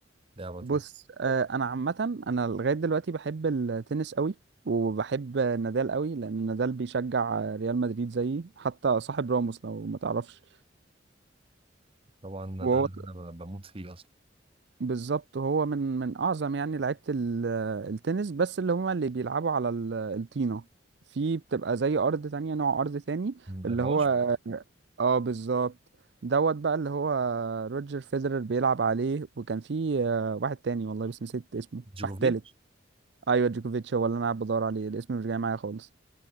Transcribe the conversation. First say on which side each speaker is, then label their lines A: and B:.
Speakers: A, on the right (about 30°); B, on the right (about 60°).
A: لعبة
B: بص
A: تالتة
B: آه، انا عامه انا لغايه دلوقتي بحب التنس قوي وبحب نادال قوي لان نادال بيشجع آه، ريال مدريد زيي حتى صاحب راموس لو ما تعرفش
A: طبعا
B: وهو
A: ده اللي أنا ب- بموت فيه أصلا
B: بالظبط هو من من اعظم يعني لعيبه ال- آه، التنس بس اللي هما اللي بيلعبوا على ال- الطينه في بتبقى زي ارض تانية نوع ارض تاني اللي
A: العشب
B: هو مم. اه بالظبط دوت بقى اللي هو روجر فيدرر بيلعب عليه وكان في آه، واحد تاني والله بس نسيت اسمه
A: جوكوفيتش
B: واحد تالت ايوه جوكوفيتش هو اللي انا قاعد بدور عليه الاسم مش جاي معايا خالص